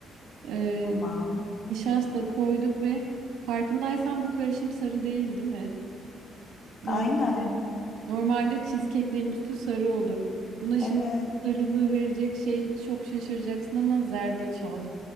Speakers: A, on the right (about 85°); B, on the left (about 50°).
A: Ee,
B: Tamam.
A: nişasta koyduk ve farkındaysan bu karışım sarı değil, değil mi? Norm-
B: Aynen.
A: normalde cheesecake'lerin üstü sarı olur. Buna şimdi
B: Evet.
A: sarılığı verecek şey çok şaşıracaksın ama zerdeçal.